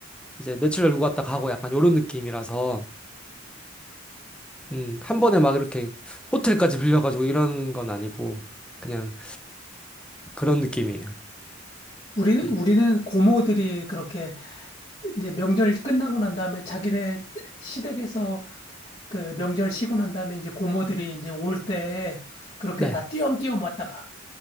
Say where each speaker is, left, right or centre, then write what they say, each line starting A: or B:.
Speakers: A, in the centre; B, on the left.
A: 이제 며칠 날 누구 왔다 가고 약간 요런 느낌이라서 음, 한 번에 막 이렇게 호텔까지 빌려가지고 이런 건 아니고 그냥 그런 느낌이에요.
B: 우리,
A: 음.
B: 우리는 고모들이 그렇게 이제 명절 끝나고 난 다음에 자기네 시댁에서 그 명절 쉬고 난 다음에 이제 고모들이 이제 올 때 그렇게
A: 네.
B: 다 띄엄띄엄 왔다가.